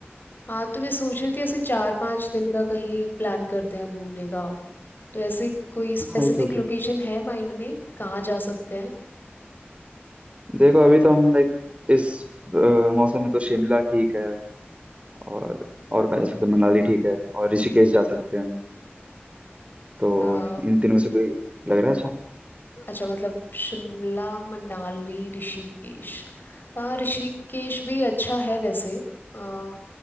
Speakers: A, on the left; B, on the right.
A: हाँ तो मैं सोच रही थी ऐसे चार पाँच दिन का कहीं प्लान करते हैं घूमने का तो ऐसे कोई स्पेसिफिक
B: हाँ Okay okay
A: लोकेशन है माइंड में कहाँ जा सकते
B: देखो अभी तो हम लाइक इस अ, मौसम में तो शिमला ठीक है और और कहाँ जा सकते हैं मनाली ठीक है और ऋषिकेश जा सकते हैं तो
A: हैं
B: इन तीनों में से कोई लग रहा है अच्छा
A: अच्छा मतलब शिमला मनाली ऋषिकेश हाँ ऋषिकेश भी अच्छा है वैसे आ,